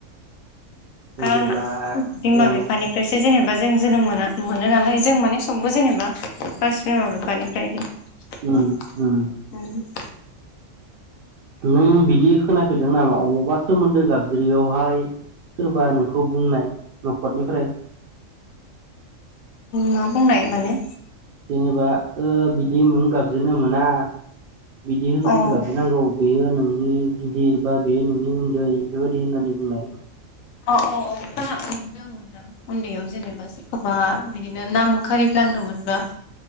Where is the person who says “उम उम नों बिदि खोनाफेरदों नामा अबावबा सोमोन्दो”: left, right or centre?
Right